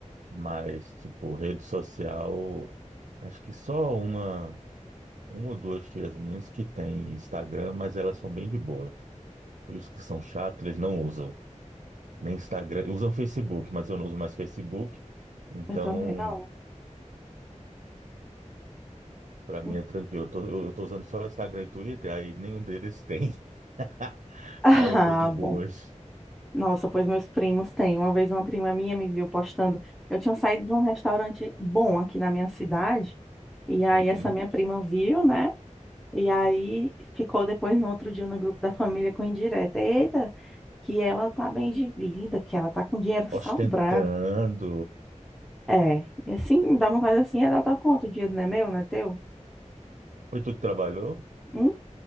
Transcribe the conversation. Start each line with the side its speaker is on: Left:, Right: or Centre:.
Right: mas, tipo, rede social, acho que só uma, uma ou duas tias minhas que têm Instagram, mas elas são bem de boas. Por isso que são chatos, eles não usam. Nem Instagram, usam Facebook, mas eu não uso mais Facebook. Então,
Centre: Eu também não.
Right: pra mim
Centre: <laughs>
Right: é tranquilo. Eu tô, eu eu tô usando só Instagram e Twitter, aí nenhum deles tem. <laughs>
Centre: Ah,
Right: Aí eu tô de boas.
Centre: bom. Nossa, pois meus primos têm. Uma vez uma prima minha me viu postando. Eu tinha saído de um restaurante bom aqui na minha cidade. E aí
Right: Uhum.
Centre: essa minha prima viu, né? E aí ficou depois no outro dia no grupo da família com indireta. Eita, que ela tá bem de vida, que ela tá com dinheiro sobrando.
Right: Ostentando.
Centre: É, e assim, dá vontade assim, é dar tua conta, o dinheiro não é meu, não é teu?
Right: Foi tu que trabalhou?
Centre: Hum,